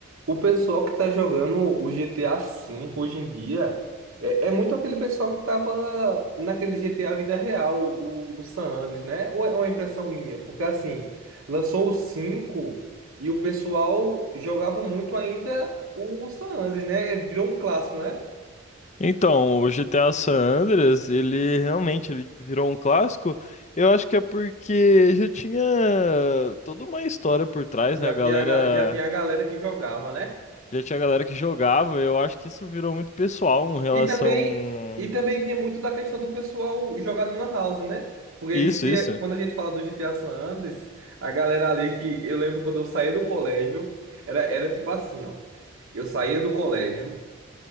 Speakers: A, on the right; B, on the left.
A: O pessoal que tá jogando o GTA V hoje em dia é, é muito aquele pessoal que tava naquele GTA vida real, o, o San Andreas, né? Ou é uma impressão minha? Porque assim, lançou o 5 e o pessoal jogava muito ainda o San Andreas, né? Virou um clássico, né?
B: Então, o GTA San Andreas, ele realmente ele virou um clássico. Eu acho que é porque já tinha toda uma história por trás,
A: Já
B: né? A
A: tinha,
B: galera,
A: a ga- já tinha a galera que jogava, né?
B: já tinha galera que jogava. Eu acho que isso virou muito pessoal em relação
A: E também, e também vinha muito da questão do pessoal jogar na Lan House, né? Porque
B: isso,
A: se,
B: isso.
A: é- quando a gente fala do GTA San Andreas, a galera ali que eu lembro quando eu saía do colégio, era, era tipo assim, ó. Eu saía do colégio,